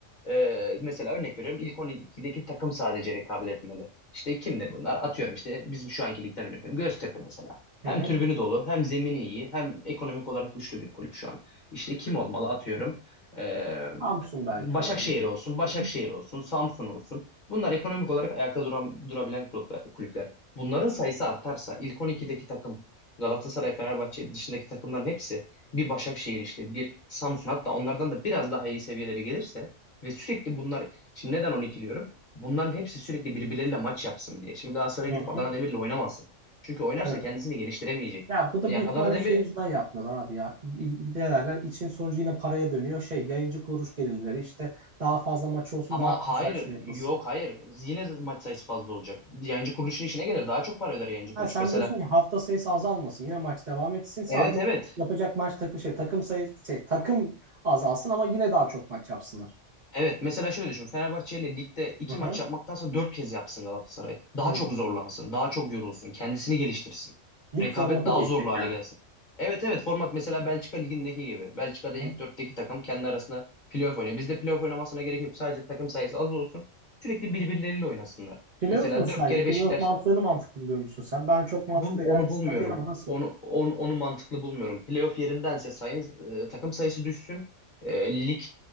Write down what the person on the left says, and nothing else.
e, mesela örnek veriyorum ilk 12'deki takım sadece rekabet etmeli. İşte kimdir bunlar? Atıyorum işte bizim şu anki ligden örnek veriyorum. Göztepe mesela.
Hem
tribünü dolu, hem zemini iyi, hem ekonomik olarak güçlü bir kulüp şu an. İşte kim olmalı atıyorum. Ee,
Başakşehir
olsun, Başakşehir
olsun, Samsun olsun. Bunlar ekonomik olarak ayakta duran, durabilen kulüpler, kulüpler. Bunların sayısı artarsa ilk 12'deki takım Galatasaray, Fenerbahçe dışındaki takımların hepsi bir Başakşehir işte bir Samsun hatta onlardan da biraz daha iyi seviyeleri gelirse ve sürekli bunlar şimdi neden 12 diyorum? Bunların hepsi sürekli birbirleriyle maç yapsın diye. Şimdi Galatasaray
gidip
Adana Demir'le oynamazsın. Çünkü oynarsa
kendisini geliştiremeyecek.
Yani
Adana
Demir
ama
hayır
yok hayır yine maç sayısı fazla olacak. Yayıncı kuruluşun işine gelir daha çok para öder yayıncı
kuruluş.
Mesela
evet evet
Evet mesela şöyle düşün. Fenerbahçe ile ligde iki
maç yapmaktansa dört kez yapsın Galatasaray. Daha
çok zorlansın. Daha çok yorulsun. Kendisini geliştirsin.
Rekabet
daha
zorlu hale
gelsin. Evet evet format mesela Belçika ligindeki gibi. Belçika'da
ilk dörtteki takım kendi arasında playoff oynuyor. Bizde playoff oynamasına gerek yok. Sadece takım sayısı az olsun. Sürekli birbirleriyle oynasınlar.
Mesela
dört
kere
Beşiktaş
Bul, onu
bulmuyorum.
Onu, on- onu mantıklı bulmuyorum. Playoff yerindense sayın e, takım sayısı düşsün. E, lig